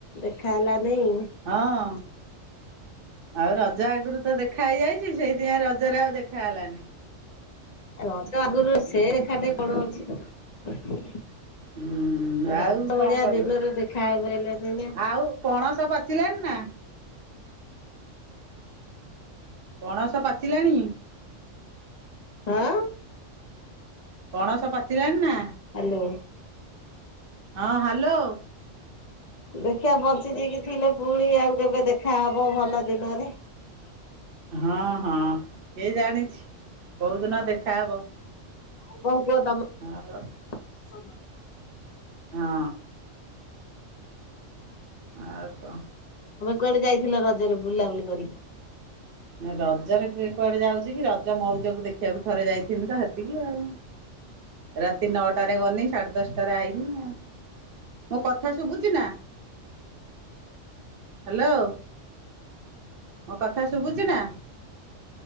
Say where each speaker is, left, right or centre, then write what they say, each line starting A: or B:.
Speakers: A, on the left; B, on the right.
A: ଦେଖା ହେଲା ନାଇଁ
B: ହଁ। ଆଉ ରଜ ଆଗରୁ ତ ଦେଖା ହେଇଯାଇଛି ସେଇଥିପାଇଁ ରଜରେ ଆଉ ଦେଖା ହେଲାନି
A: ରଜ ଆଗରୁ ସେ ରେଖାଟା କଣ ଅଛି।
B: ହୁଁ ଆଉ
A: ରଜ
B: କଣ
A: ଭଳିଆ
B: କରିବୁ
A: ଦିନରେ ଦେଖା ହେଇପାରିଲାନି ନା
B: ଆଉ ପଣସ ପଚିଲେଣିି ନା ପଣସ ପାଚିଲାଣି
A: ହଁ।
B: ପଣସ ପାଚିଲଣି ନା
A: ହ୍ୟାଲୋ
B: ହଁ ହାଲୋ।
A: ଦେଖିବା ବଞ୍ଚିଯକି ଥିଲେ ପୁଣି ଆଉ କେବେ ଦେଖାହବ ଭଲ ଦିନରେ ହଁ।
B: ହଁ ହଁ କିଏ ଜାଣିଛି କୋଉ ଦିନ ଦେଖାହବ।
A: ଆଉ କଣ କୁହ ତମର।
B: ଆଉ ହଁ। ଆଉ ତ।
A: ତୁମେ କୁଆଡେ ଯାଇଥିଲ ରଜରେ ବୁଲାବୁଲି କରିି?
B: ରଜରେ କିଏ କୁଆଡେ ଯାଉଛି କି ରଜ ଜ ମଉଜକୁ ଦେଖିବାକୁ ଥରେ ଯାଇଥଥିଲି ତ ହେତିକି ଆଉ ରାତି ନଅଟାରେ ଗନି ସାଢ଼େ ଦଶଟାରେ ଆଇନି ଆଉ ମୋ କଥା ଶୁଭୁଛି ନା ହାଲୋ। ମୋ କଥା ଶୁଭୁଛି ନା